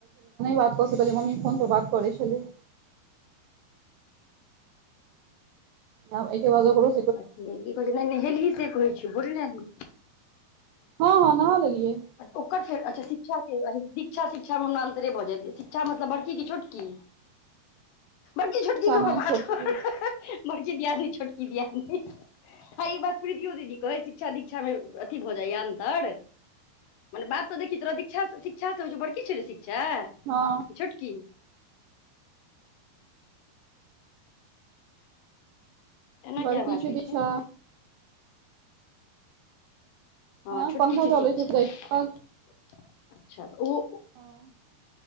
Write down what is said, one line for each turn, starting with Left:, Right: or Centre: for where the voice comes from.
Right: बात कऽ स मम्मी फोन पर बात करे छलै आब एके बाद औकरो
Left: अच्छ की कहै छै न नहि नहेली से कहैए छियौ बुझलही
Right: हँ हँ नहा लेलियै
Left: ओकर फेर अच्छा शिक्षा के दीक्षा शिक्षा मे हमरा अन्तरे भऽ जाय शिक्षा मतलब बड़की कि छोटकी बड़की छोटकी
Right: दीक्षा
Left: कऽ
Right: मने
Left: कऽ बात
Right: छोटकी
Left: कर बड़की दियादनी छोटकी दियादनी हय ई बात प्रीतीयो दीदी कहै शिक्षा दीक्षा मे अथी भऽ जाइया अन्तर मने बात तऽ देखही तोरा दीक्षा से शिक्षा होइ छै बड़की छै ने शिक्षा
Right: हाँ
Left: कि छोटकी एना
Right: बड़कि
Left: किया आवाज
Right: छै
Left: होइ
Right: दिक्षा
Left: हाँ
Right: हँ
Left: छोटकी
Right: पंखा
Left: छै
Right: चलै
Left: शिक्षा
Right: जाइ
Left: अच्छा
Right: छै
Left: तऽ उ
Right: हाँ